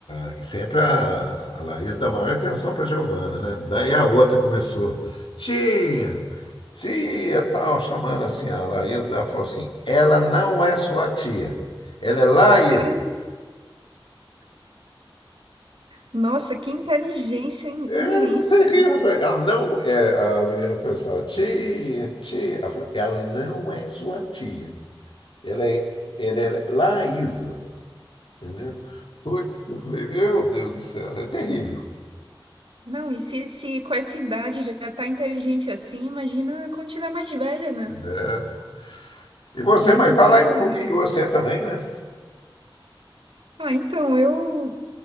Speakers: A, on the left (about 70°); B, on the right (about 75°).
A: a- e sempre a, a Laís dá maior atenção para Giovana, né? Daí a outra começou. Tia! Tia, tal, chamando assim, a Laís, ela falou assim, ela não é sua tia, ela é Laís.
B: Cara, nossa, que inteligência im-
A: É,
B: imensa.
A: não tem rio, eu falei, ela não é, a menina começou, tia, tia, ela falou, ela não é sua tia, ela é, ela é Laísa, entendeu? Putz, eu falei, meu Deus do céu, é terrível.
B: Não, e se, se com essa idade já tá inteligente assim, imagina quando tiver mais velha, né?
A: É. E você,
B: Muito
A: mas fala
B: desenrolada.
A: aí um pouquinho de você também, né?
B: Ah, então, eu,